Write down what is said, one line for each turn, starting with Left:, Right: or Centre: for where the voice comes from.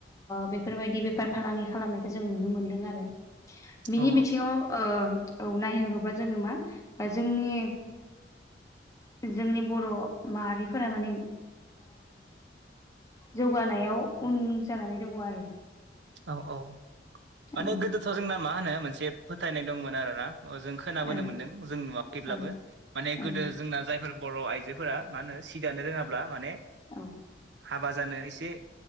Left: बेफोरबायदि बेफार फालांगि खालामनायखौ जों नुनो मोनदों आरो बिनि
Right: औ
Left: बिथिङाव औ नायहरोबा जोङो मा जोंनि जोंनि बर' माहारिफोरा माने जौगानायाव उन जानानै दङ आरो
Right: औ औ माने
Left: औ
Right: गोदोथाव जोंना मा होनो मोनसे फोथायनाय दंमोन आरो ना जों खोनाबोनो
Left: औ
Right: मोन्दों जों नुवाखैब्लाबो
Left: औ
Right: माने
Left: औ
Right: गोदो जोंना जायफोर बर' आइजोफोरा मा होनो सि दानो रोङाब्ला माने
Left: औ
Right: हाबा जानो एसे